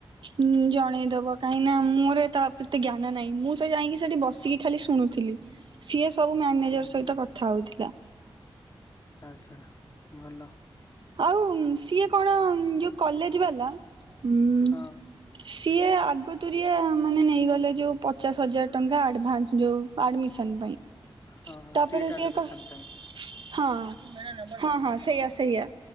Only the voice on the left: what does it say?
ଉଁ
ହୁଁ
ଆଛା ଭଲ।
ହଁ।
ହଁ
ସେିଟା
ଲୋକସନ
ପାଇଁ।